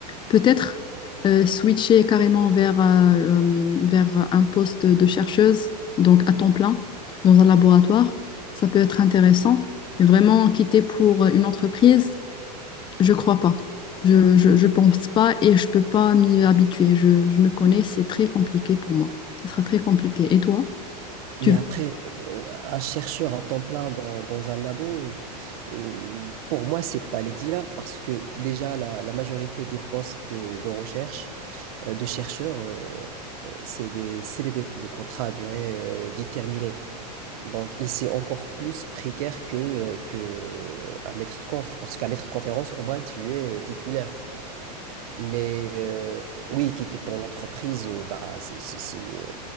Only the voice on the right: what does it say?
Mais après, euh, un chercheur à temps plein dans, dans un labo, euh, euh, pour moi, c'est pas l'idéal parce que déjà, la, la majorité des postes de, de recherche, euh, de chercheurs, euh, euh, c'est des CDD, des contrats à durée euh, déterminée. Donc, et c'est encore plus précaire que, euh, que euh, un maître de conf parce qu'un maître de conférence, au moins, tu es euh, titulaire. Mais euh, oui, quitter pour l'entreprise, euh, bah, c'est, c'est, c'est, euh,